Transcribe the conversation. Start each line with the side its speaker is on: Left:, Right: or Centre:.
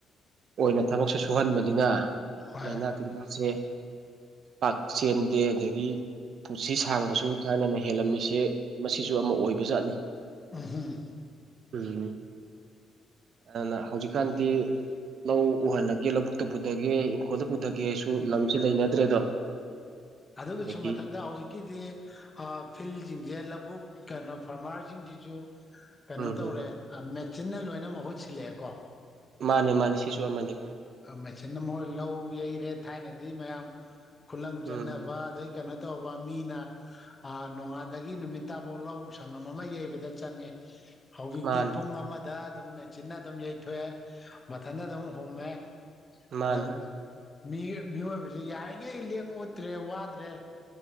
Right: ꯑꯣꯏꯅ ꯊꯕꯛꯁꯨ ꯁꯨꯍꯟꯕꯅꯤꯅ
Left: ꯍꯣꯏ
Right: ꯂꯥꯏꯅꯥ ꯇꯤꯟꯅꯥꯁꯦ ꯄꯥꯛ ꯆꯦꯟꯗꯦ ꯑꯗꯒꯤ ꯄꯨꯟꯁꯤ ꯁꯥꯡꯕꯁꯨ ꯊꯥꯏꯅꯅ ꯍꯦꯜꯂꯝꯃꯤꯁꯦ ꯃꯁꯤꯁꯨ ꯑꯃ ꯑꯣꯏꯕꯖꯥꯠꯅꯤ꯫
Left: ꯎꯝꯍꯨꯝ
Right: ꯎꯝ ꯑꯗꯨꯅ ꯍꯧꯖꯤꯛꯀꯥꯟꯗꯤ ꯂꯧ ꯎꯍꯜꯂꯒꯦ ꯂꯧꯕꯨꯛꯇ ꯄꯨꯊꯒꯦ ꯏꯪꯈꯣꯜꯗ ꯄꯨꯊꯒꯦꯁꯨ ꯂꯝꯁꯦ ꯂꯩꯅꯗ꯭ꯔꯦꯗꯣ꯫ <inaudible>
Left: ꯑꯗꯨꯒꯤꯁꯨ
Right: ꯑꯗꯒꯤ
Left: ꯃꯊꯛꯇ ꯍꯧꯖꯤꯛꯀꯤꯗꯤ ꯐꯤꯜꯁꯤꯡꯁꯦ ꯂꯧꯕꯨꯛ ꯀꯩꯅꯣ ꯐꯥꯔꯃꯔꯁꯤꯡꯁꯤꯖꯨ ꯀꯩꯅꯣ
Right: ꯎꯝ
Left: ꯇꯧꯔꯦ
Right: ꯍꯝ ꯍꯝ
Left: ꯃꯦꯆꯤꯟꯅ ꯂꯣꯏꯅ ꯃꯍꯨꯣꯏꯠ ꯁꯤꯜꯂꯛꯑꯦꯀꯣ
Right: ꯃꯥꯅꯦ ꯃꯥꯅꯦ ꯁꯤꯁꯨ ꯑꯃꯅꯤ
Left: ꯑ ꯃꯦꯆꯤꯟꯅ ꯃꯣꯏ ꯂꯧ ꯌꯩꯔꯦ ꯊꯥꯏꯅꯗꯤ ꯃꯌꯥꯝ ꯈꯨꯂꯪ
Right: ꯎꯝ
Left: ꯆꯠꯅꯕ ꯑꯗꯩ ꯀꯩꯅꯣ ꯇꯧꯕ ꯃꯤꯅ ꯑꯥ ꯅꯣꯡꯉꯥꯟꯗꯒꯤ ꯅꯨꯃꯤꯠ ꯇꯥꯕꯥꯎ ꯂꯧ ꯁꯪꯉꯝ ꯑꯃ ꯌꯩꯕꯗ ꯆꯪꯉꯦ꯫ ꯍꯧꯖꯤꯛꯇꯤ
Right: ꯃꯥꯅꯦ
Left: ꯄꯨꯡ ꯑꯃꯗ ꯑꯗꯨꯝ ꯃꯦꯆꯤꯟꯅ ꯑꯗꯨꯝ ꯌꯩꯊꯣꯛꯑꯦ ꯃꯊꯟꯇ ꯑꯗꯨꯝ ꯍꯨꯝꯃꯦ꯫
Right: ꯃꯥꯅꯦ
Left: ꯑꯗꯨꯝ ꯃꯤ ꯃꯤꯑꯣꯏꯕꯁꯤ ꯌꯥꯔꯤꯈꯩ ꯂꯦꯡ ꯑꯣꯠꯇ꯭ꯔꯦ ꯋꯥꯗ꯭ꯔꯦ꯫